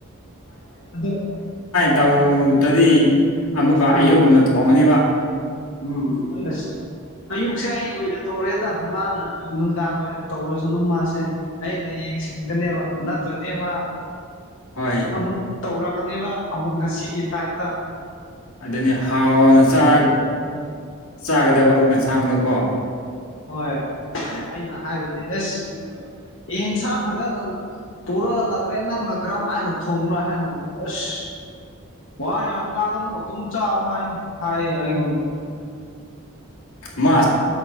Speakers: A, on the left; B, on the left.
A: ꯑꯗꯨ
B: ꯇꯧꯗꯗꯤ ꯑꯃꯨꯛꯀ
A: ꯑꯥ
B: ꯑꯌꯨꯛꯀꯨꯝꯅ ꯊꯣꯡꯉꯅꯤꯕ
A: ꯎꯝ ꯑꯁ ꯑꯌꯨꯛꯁꯦ ꯑꯩ ꯑꯣꯏꯅ ꯇꯧꯔꯦꯗ ꯃꯥꯅ ꯅꯨꯡꯗꯥꯡ ꯑꯣꯏꯅ ꯇꯧꯔꯨꯁꯅꯨ ꯃꯥꯁꯦ ꯑꯩꯅ ꯌꯦꯡꯁꯤꯟꯒꯅꯦꯕ ꯅꯠꯇ꯭ꯔꯗꯤ ꯃꯥ
B: ꯍꯣꯏ
A: ꯑꯃꯨꯛ ꯇꯧꯔꯛꯀꯅꯦꯕ ꯉꯁꯤꯒꯤ ꯇꯥꯏꯞꯇ
B: ꯑꯗꯨꯅꯤ ꯍꯥꯎꯅꯔ ꯆꯥꯒꯗꯕ ꯌꯦꯟꯁꯥꯡꯗꯨꯣꯀꯣ
A: ꯍꯣꯏ ꯑꯩꯅ ꯍꯥꯏꯕꯅꯦ ꯑꯦꯁꯟꯁꯥ ꯐꯖꯅ ꯄꯨꯔꯛꯂꯛꯄꯦ ꯅꯪꯅ ꯀꯔꯝ ꯍꯥꯏꯅ ꯊꯣꯡꯕ꯭ꯔꯥ ꯍꯥꯏꯅꯣ ꯑꯁ ꯋꯥ ꯌꯥꯝ ꯉꯥꯡꯒꯅꯨ ꯑꯗꯨꯝ ꯆꯥꯕ ꯍꯥꯏ ꯍꯥꯏꯌꯦ ꯑꯩꯉꯣꯟꯗ
B: ꯃꯥ